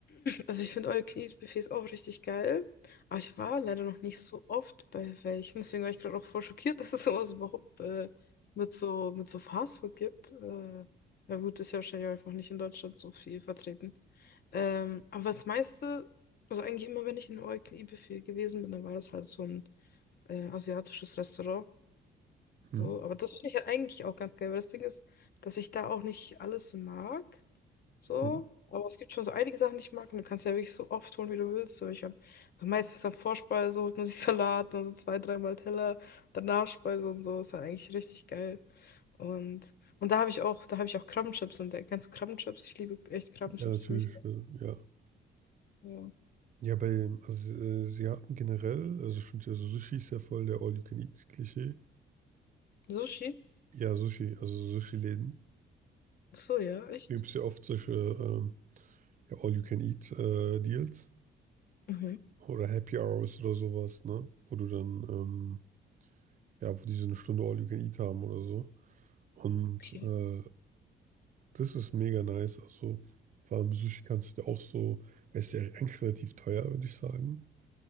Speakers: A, on the left; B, on the right.
A: Also ich finde all you can eat Buffets auch richtig geil. Aber ich war leider noch nicht so oft bei welchen. Deswegen war ich gerade auch voll schockiert, <laughs> dass es sowas überhaupt äh, mit so, mit so Fastfood gibt. Äh, ja gut, ist ja wahrscheinlich auch einfach nicht in Deutschland so viel vertreten. Ähm, aber das meiste, also eigentlich immer, wenn ich in einem all you can eat Buffet gewesen bin, dann war das halt so ein äh, asiatisches Restaurant. So,
B: Hm,
A: aber das finde ich halt eigentlich auch ganz geil, weil das Ding ist, dass ich da auch nicht alles mag. So.
B: hm,
A: Aber es gibt schon so einige Sachen, die ich mag. Und du kannst ja wirklich so oft holen, wie du willst. So, ich habe also meistens am Vorspeise, holt man sich <laughs> Salat, dann so zwei, dreimal Teller, dann Nachspeise und so. Ist dann eigentlich richtig geil. Und, und da habe ich auch, da habe ich auch Krabbenchips entdeckt. Kennst du Krabbenchips? Ich liebe echt Krabbenchips
B: ja, natürlich.
A: ziemlich.
B: äh, Ja,
A: Ja.
B: Ja, bei, also äh, Asiaten generell, also ich finde ja, so Sushi ist ja voll der All-You-Can-Eat-Klischee.
A: Sushi?
B: Ja, Sushi, also Sushi-Läden.
A: Ach so, ja, echt?
B: Da gibt es ja oft solche ähm, ja, All-You-Can-Eat-Deals
A: Mhm.
B: oder Happy Hours oder sowas, ne? Wo du dann, ähm, ja, wo die so eine Stunde All-You-Can-Eat haben oder so. Und
A: Okay.
B: äh, das ist mega nice. Also vor allem Sushi kannst du ja auch so, es ist ja eigentlich relativ teuer, würde ich sagen.